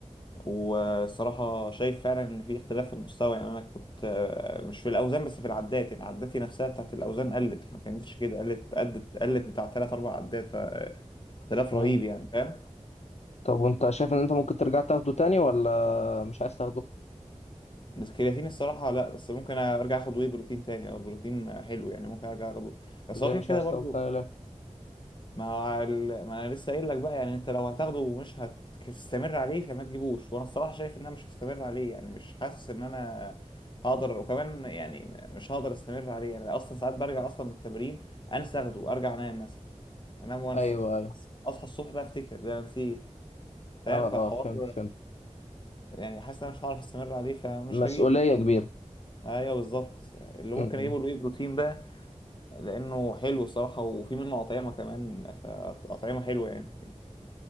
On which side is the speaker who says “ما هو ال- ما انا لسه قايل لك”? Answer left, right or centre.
Left